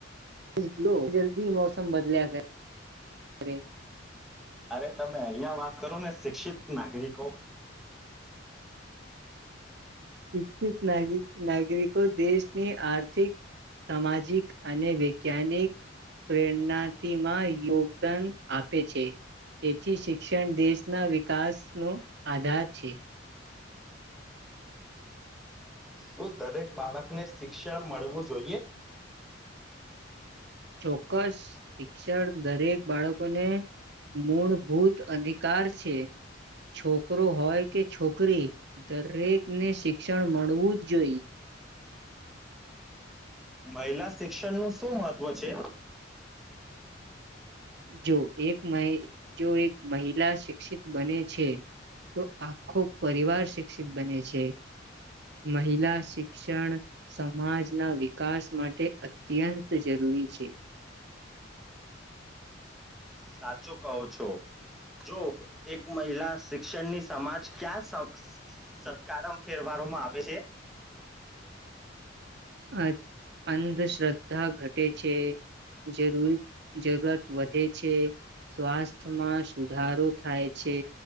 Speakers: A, on the right; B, in the centre.
A: <inaudible> જલ્દી મોસમ બદલ્યા કરે, કરે.
B: અરે, તમે અહિયાં વાત કરો ને, શિક્ષિત નાગરિકો
A: શિક્ષિત નાગ નાગરિકો દેશની આર્થિક, સામાજિક અને વૈજ્ઞાનિક પ્રેરનાતિમાં યોગદાન આપે છે. તેથી શિક્ષણ દેશના વિકાસનો આધાર છે.
B: શું દરેક બાળકને શિક્ષણ મળવું જોઈએ.?
A: ચોક્કસ, શિક્ષણ દરેક બાળકો ને મૂળભૂત અધિકાર છે. છોકરો હોય કે છોકરી, દરેકને શિક્ષણ મળવું જ જોઈએ.
B: મહિલા શિક્ષણનું શું મહત્વ છે?
A: જો એક મહિ, જો એક મહિલા શિક્ષિત બને છે, તો આખો પરિવાર શિક્ષિત બને છે. મહિલા શિક્ષણ સમાજના વિકાસ માટે અત્યંત જરૂરી છે.
B: સાચું કહો છો. જો એક મહિલા શિક્ષણની, સમાજ ક્યાં સત સત્કારમ ફેરવામાં આવે છે?
A: અ- અંધશ્રદ્ધા ઘટે છે જરૂર જરૂરત વધે છે, સ્વાસ્થ્યમાં સુધારો થાય છે,